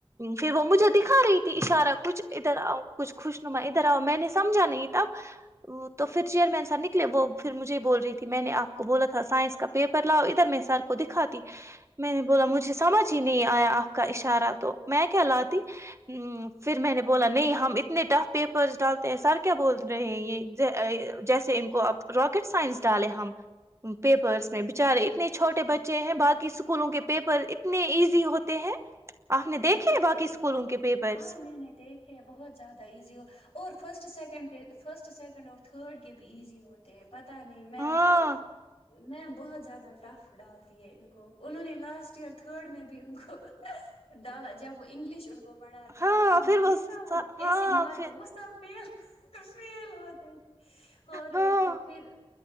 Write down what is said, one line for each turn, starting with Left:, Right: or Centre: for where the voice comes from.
Right: پھر وہ مجھے دکھا رہی تھی اشارہ کچھ ادھر آؤ کچھ خوش نما ادھر آؤ میں نے سمجھا نہیں تب تو پھر چیئرمین سح نکلے وہ پھر مجھے ہی بول رہی تھی میں نے آپ کو بولا تھا سائنس کا پیپر لاؤ ادھر میں سے سر کو دکھاتی میں نے بولا
Left: اچھا
Right: مجھے سمجھ
Left: اچھا
Right: ہی نہیں آیا آپ کا اشارہ تو میں کیا لاتی پھر میں نے بولا نہیں ہم اتنے ٹف پیپرس ڈالتے ہیں سر کیا بول رہے ہیں یہ جیسے ان کو اب راکٹ سائنس ڈالے ہم پیپرس میں بچارے
Left: وہ
Right: اتنے
Left: بھی
Right: بچے ہیں باقی اسکولوں کے پیپر ایک کتنے ایزی ہوتے ہیں آپ نے دیکھے
Left: بہت
Right: ہیں باقی
Left: زیادہ
Right: اسکولوں کے پیپرس
Left: ہاں میں نے دیکھے بہت زیادہ ایزی ہو اور فرسٹ سیکنڈ سیکنڈ کے فرسٹ سیکنڈ اور تھرڈ کے بھی ایزی ہوتے ہیں پتا نہیں میم
Right: ہاں
Left: تو میم بہت زیادہ ٹف ڈالتی ہے ان کو انہوں نے لاسٹ ایئر تھرڈ میں بھی ان کو ڈالا جب وہ انگلش ان کو بڑھات دی
Right: ہاں
Left: تھی آپ نے
Right: پھر
Left: دیکھا وہ کیسی
Right: ہاں
Left: مارک
Right: پھر
Left: وہتاحب فیل فیل ہوتے تھے ہو رہے
Right: ہاں
Left: تھے پھر